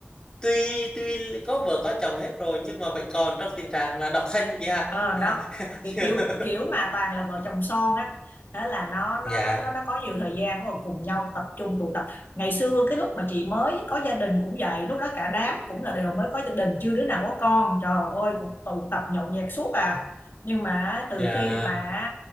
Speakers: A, on the left; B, on the left.
A: tuy tuy có vợ có chồng hết rồi nhưng mà vẫn còn trong tình trạng là độc thân chị ha
B: Ờ, đó kiểu
A: <laughs>
B: kiểu kiểu mà toàn là vợ chồng son á thế là nó nó
A: dạ
B: nó nó nó có nhiều thời gian rồi cùng nhau tập trung tụ tập ngày xưa cái lúc mà chị mới có gia đình cũng vậy lúc đó cả đám cũng là đều mới có gia đình chưa đứa nào có con trời ơi cũng tụ tập nhậu nhẹt suốt à nhưng mà từ
A: dạ
B: khi mà